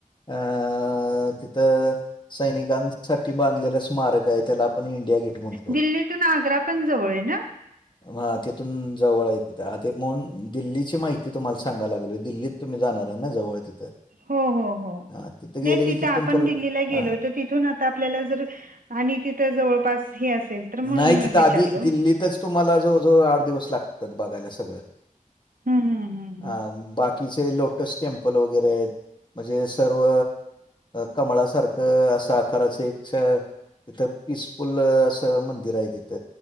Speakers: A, on the left; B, on the right.
A: अ तिथं सैनिकांसाठी बांधलेलं स्मारकयं, त्याला आपण इंडिया गेट म्हण
B: दिल्लीतून आग्रा पण जवळ आहे ना?
A: <inaudible> हा तिथून जवळय तिथं अ ते म्हणून दिल्लीची माहिती तुम्हाला सांगाय लागलोय दिल्लीत तुम्ही जाणार आहे ना? जवळ तिथं
B: हो हो हो
A: हा तिथं गेले
B: नाही
A: की
B: तिथ
A: तिथून
B: आपण
A: परत
B: दिल्लीला गेलो
A: हा
B: होतो तीथ थून आता आपल्याला जर आणि तिथ जवळपास हे असेल तर म्हणून
A: नाय तीथ
B: विचारलो.
A: आधी दिल्लीतच तुम्हाला जवळ जवळ आठ दिवस लागतात बघायला सगळं.
B: हं, हं, हं, हं.
A: अ बाकीचे लोटस टेम्पल वगैरे आहेत. म्हणजे सर्व कमळासारखं असं आकाराचं एक छ तिथं पिसफुल अस मंदिर आहे तिथ